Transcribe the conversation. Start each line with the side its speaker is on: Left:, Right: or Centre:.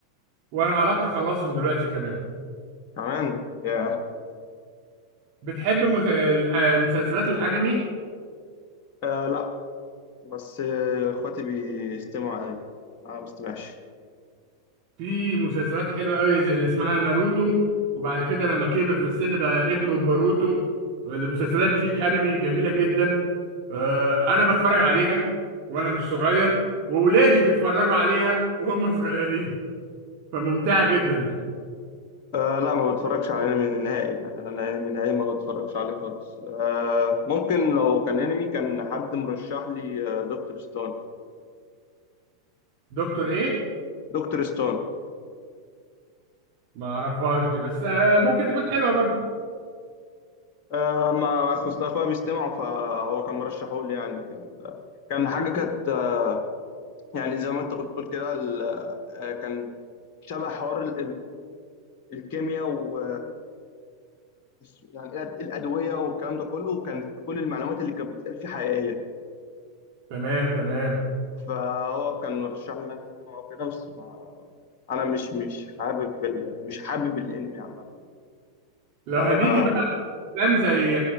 Right: وانا قربت اخلصهم دلوقتي كمان
Left: كمان ياه
Right: بتحب مس- آه، المسلسلات الانمي
Left: آه لا بس آه، اخواتي بيستمعوا انمي انا ما بستمعش
Right: في مسلسلات حلوة قوي زي اللي اسمها ناروتو وبعد كده لما كبر في السن بقى ابنه باروتو المسلسلات دي انمي جميلة جدا آه، انا بتفرج عليها وانا مش صغير واولادي بيتفرجوا عليها وهم <laughs> صغيرين فممتعة جدا يعني
Left: آه لا ما بتفرجش على انمي نهائي يعني انا انمي نهائي ما بتفرجش عليه خالص آه ممكن لو كان انمي كان حد مرشح لي آه دكتور ستون
Right: دكتور ايه
Left: دكتور ستون
Right: ما اعرفهاش دي بس آه، ممكن تكون حلوة برضو
Left: آه ما اخص اخويا بيستمعوا فهو كان مرشحه لي يعني كان كان حاجه كانت آه يعني زي ما انت كنت بتقول كده ال- آه، كان شبه حوار الكيمياء و يعني الأد- الادويه والكلام ده كله وكان كل المعلومات اللي كانت بتتقال فيه حقيقيه
Right: تمام تمام
Left: فهو كان مرشح لي ان انا استمع وكده بس ما انا مش مش حابب ال... مش حابب الانمي عامه
Right: لو
Left: ما
Right: هنيجي
Left: بقى
Right: افلام زي